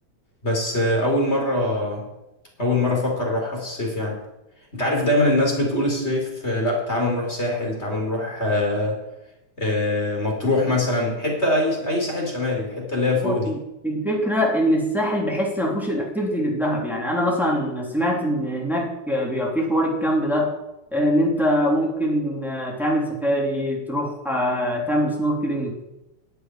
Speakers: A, on the left (about 20°); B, in the centre.
A: بس آه، اول مره اول مره افكر اروحها في الصيف يعني انت عارف دايما الناس بتقول الصيف آه، لا تعالوا نروح ساحل تعالوا نروح آه، آه، مطروح مثلا حته اي اي ساحل شمالي الحته اللي هي فوق
B: هو
A: دي
B: الفكرة إن الساحل بحس ما فيهوش الأكتيفيتي اللي في دهب يعني أنا مثلا سمعت إن هناك بيبقى في حوار الكامب ده إن أنت ممكن آه، تعمل سفاري تروح آه، تعمل سنوركلينج